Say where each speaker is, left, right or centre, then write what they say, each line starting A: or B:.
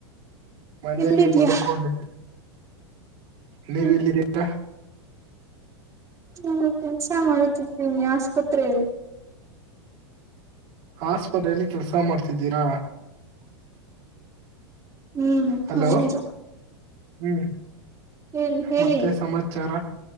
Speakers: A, on the right; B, on the right.
A: <inaudible> ಮನೇಲಿ
B: ಎಲ್ಲಿದ್ಯಾ
A: ಮಾಲ್ಕೊಂಡೆ ನೀವಲ್ಲಿದೀರಾ.
B: ಹ್ಮ್ ನಾನು ಕೆಲ್ಸ ಮಾಡುತ್ತಿದ್ದೀನಿ ಆಸ್ಪತ್ರೆಯಲ್ಲಿ.
A: ಆಸ್ಪತ್ರೆಯಲ್ಲಿ ಕೆಲ್ಸ ಮಾಡ್ತಿದ್ದೀರಾ?
B: ಹ್ಮ್
A: ಹಲೋ
B: ಹೌದು.
A: ಹ್ಮ್
B: ಹೇಳಿ ಹೇಳಿ
A: ಮತ್ತೆ ಸಮಾಚಾರ.